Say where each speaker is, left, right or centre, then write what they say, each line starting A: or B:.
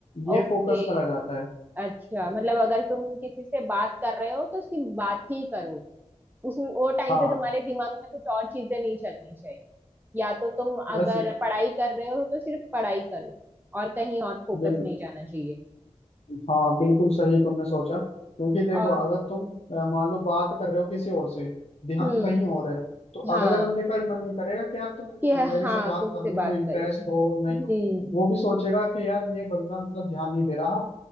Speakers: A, on the left; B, on the right.
A: ये
B: ओके
A: फोकस करा जाता है
B: अच्छा मतलब अगर तुम किसी से बात कर रहे हो तो सिर्फ बात ही करो उसमें वो टाइम
A: हाँ
B: पे तुम्हारे दिमाग में कुछ और चीजें नहीं चलनी चाहिए या तो तुम
A: बस
B: अगर पढ़ाई कर रहे हो तो सिर्फ पढ़ाई करो और कहीं और फोकस
A: बिल्कुल
B: नहीं जाना चाहिए
A: हाँ बिल्कुल सही तुमने सोचा क्योंकि देखो
B: और
A: अगर तुम अ, मान लो बात कर रहे हो किसी और से ध्यान
B: हम्म
A: कहीं और है तो
B: हाँ
A: अगले बंदे का ही मन नहीं करेगा कि यार तुम
B: कि हाँ
A: मेरे से बात
B: तुमसे
A: करने
B: बात
A: में इंटरेस्ट
B: करें
A: हो
B: हम्म
A: नहीं हो वो भी सोचेगा कि यार ये बंदा मतलब ध्यान नहीं दे रहा